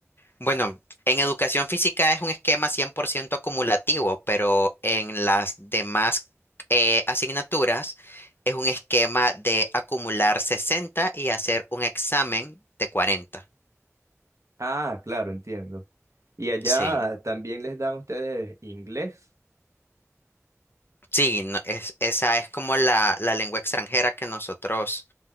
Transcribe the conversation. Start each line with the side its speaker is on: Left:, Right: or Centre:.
Left: Bueno, en educación física es un esquema 100% acumulativo, pero en las demás eh, asignaturas es un esquema de acumular 60 y hacer un examen de 40.
Right: Ah, claro, entiendo. Y allá
Left: Sí,
Right: también les dan ustedes inglés.
Left: sí, no- es, esa es como la, la lengua extranjera que nosotros